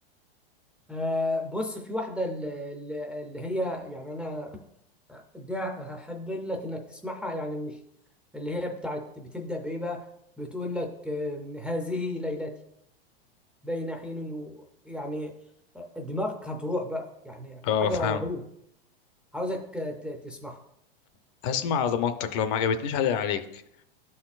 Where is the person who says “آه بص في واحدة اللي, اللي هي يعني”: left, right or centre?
Centre